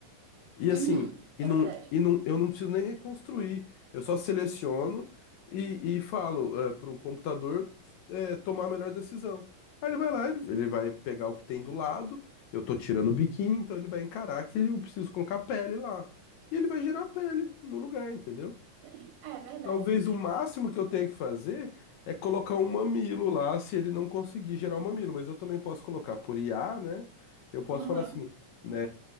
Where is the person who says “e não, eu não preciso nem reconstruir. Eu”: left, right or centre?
Left